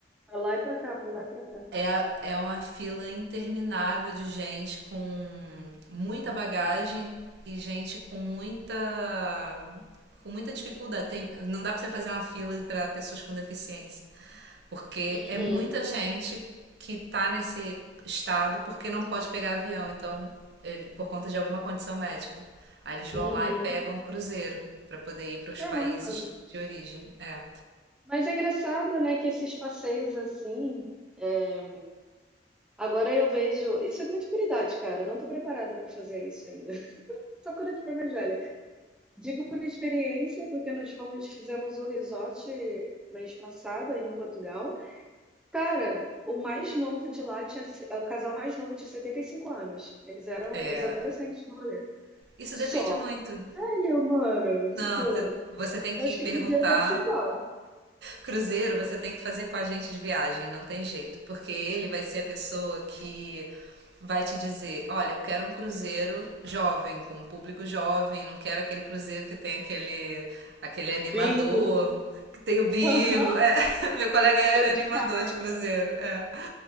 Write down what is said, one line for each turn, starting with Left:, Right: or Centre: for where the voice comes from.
Centre: Pra lá e pra cá, pra lá e pra cá.
Right: é, é uma fila interminável de gente com muita bagagem e gente com muita com muita dificuldade. Tem, não dá pra você fazer uma fila pra pessoas com deficiência, porque
Centre: Uhum.
Right: é muita gente que tá nesse estado porque não pode pegar avião, então ele, por conta de alguma condição médica. Aí eles
Centre: Uhum.
Right: vão lá e pegam um cruzeiro pra poder ir para os
Centre: Caramba.
Right: países de origem. É.
Centre: Mas é engraçado, né, que esses passeios assim. é, Agora eu vejo. Isso é muito por idade, cara. Eu não tô preparada pra fazer isso ainda. <laughs> Só quando eu tiver mais velha. Digo por experiência, porque nós fomos, fizemos o resort mês passado aí em Portugal. Cara, o mais novo de lá tinha, se- o casal mais novo tinha 75 anos. Eles eram
Right: É.
Centre: os adolescentes do rolê.
Right: Isso
Centre: Só.
Right: depende muito.
Centre: Olha, mano, tipo,
Right: Não,
Centre: eu
Right: te- você tem que
Centre: acho
Right: perguntar.
Centre: que cruzeiro deve ser igual.
Right: Cruzeiro, você tem que fazer com a gente de viagem, não tem jeito, porque ele vai ser a pessoa que vai te dizer: olha, eu quero um cruzeiro jovem, com um público jovem, não quero aquele cruzeiro que tem aquele, aquele animador,
Centre: Bingo.
Right: que tem o bingo.
Centre: Aham.
Right: É, <laughs> meu colega era
Centre: Jogo
Right: animador
Centre: de carta.
Right: de cruzeiro. É.